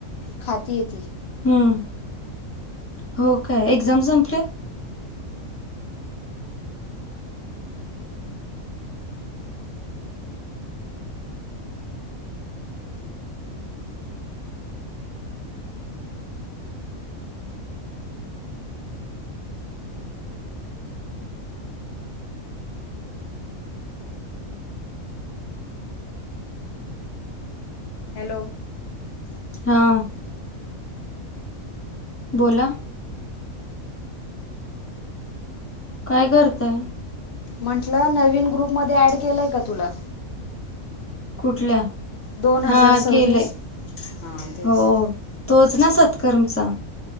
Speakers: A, on the left; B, on the left.
A: खाती ये ती.
B: हम्म, हो काय एक्झाम संपल्या?
A: हॅलो,
B: हां, बोला. काय करताय?
A: म्हंटलं नवीन ग्रुपमध्ये ऍड केलंय का तुला?
B: कुठल्या,
A: दोन
B: हा
A: हजार सव्वीस.
B: केलय
A: हा तेच
B: हो तोच
A: हम्म.
B: ना सत्कर्मचा,